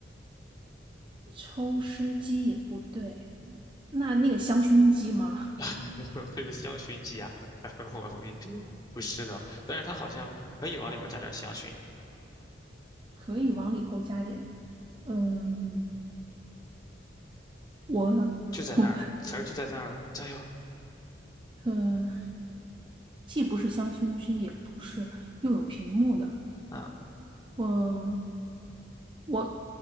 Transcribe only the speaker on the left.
<laughs> 这个香薰机啊，<laughs> 我我不是的，但是它好像可以往里面加点香薰，
就在那儿了，
词儿就在那儿了，加油，
嗯